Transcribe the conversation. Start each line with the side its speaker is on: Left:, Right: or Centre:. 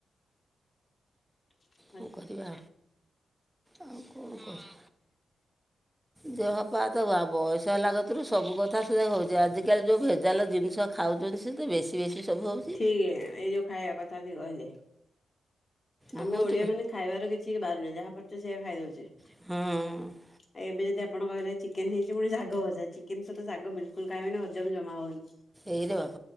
Left: <inaudible>
Centre: କଣ କରିବା? ଆଉ କଣ କହ। ଦେହପା ତ ବୟସ୍ ହେଲା କରୁ ସବୁ କଥା ସେ ହଉଛି। ଆଜିକାଲି ଯେଉ ଭେଜାଲ ଜିନିଷ ଖାଉଛନ୍ତି। ସେ ବେଶୀ ବେଶୀ ସବୁଉ
Left: ଠିକ ଏଇ ଯଉ। ଖାଇବା କଥା ଦେଇ କହିଲେ।
Centre: ବହୁତ
Left: ଆମେ ଓଡିଆ ମାନେ ଖାଇବାର କିଛି ବାରୁନେ। ଯାହା ପାରୁଛେ ସେଇଆ ଖାଇ ଦଉଛେ।
Centre: ହଁ।
Left: ଆ ଏବେ ଯଦି ଆପଣ କହେ ଚିକେନ ହେଇଛି। ପଣି ଶାଗ ଭଜା ଚିକେନ ସହିତ ଶାଗ ବିଲକୁଲ ଖାଇଁବେନି ହଜମ ଜମା ହବନି।
Centre: ଏଇରେ ବାପ